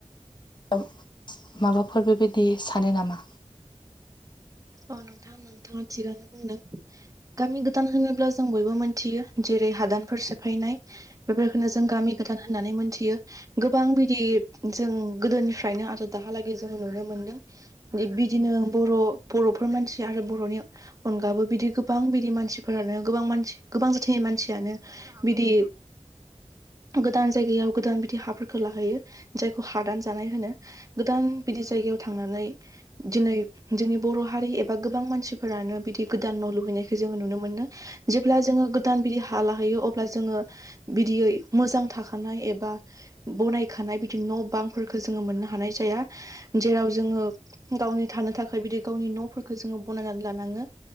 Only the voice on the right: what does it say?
औ नोंथां नोंथाङा थिगानो बुंदों गामि गोदान होनोब्ला जों बयबो मोनथियो जेरै हादानफोर सेफायनाय बेफोरखौनो जों गामि गोदान होननानै मोन्थियो गोबां बिदि जों गोदोनिफ्रायनो आरो दाहालागै जोङो नुनो मोनदों बिदिनो बर' बर'फोर मानसि आरो बर'नि अनगाबो बिदि गोबां बिदि मानसिफोरानो गोबां मानसि गोबां जाथिनि मानसियानो बिदि गोदान जायगायाव गोदान बिदि हाफोरखौ लाहैयो जायखौ हादान जानाय होनो गोदान बिदि जायगायाव थांनानै दिनै जोंनि बर' हारि एबा गोबां मानसिफोरानो बिदि गोदान न' लुहैनायखौ जोङो नुनो मोनो जेब्ला जोङो गोदान बिदि हा लाहैयो अब्ला जोङो बिदियै मोजां थाखानाय एबा बनायखानाय बिदि न' बांफोरखौ जोङो मोननो हानाय जाया जेराव जोङो गावनि थानो थाखाय बिदि गावनि न'फोरखौ जोङो बनायनानै लानाङो